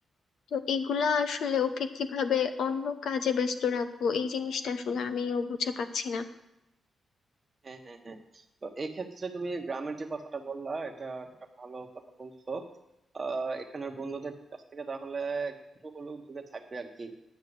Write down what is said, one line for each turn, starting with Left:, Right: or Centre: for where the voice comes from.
Left: তো এগুলা আসলে ওকে কিভাবে অন্য কাজে ব্যস্ত রাখবো এই জিনিসটা আসলে আমিও বুঝে পাচ্ছি না
Right: হ্যাঁ হ্যাঁ হ্যাঁ তো এই ক্ষেত্রে তুমি গ্রামের যে কথাটা বললা এটা একটা ভালো কথা বলছো আহ এখানের বন্ধুদের কাছ থেকে তাহলে একটু হলেও দূরে থাকবে আর কি